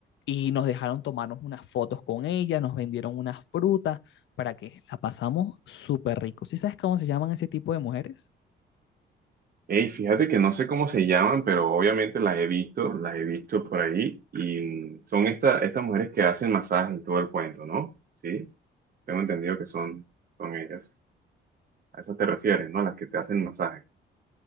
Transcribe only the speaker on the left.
Y nos dejaron tomarnos unas fotos con ella, nos vendieron unas frutas para que la pasamos súper rico. ¿Sí sabes cómo se llaman ese tipo de mujeres?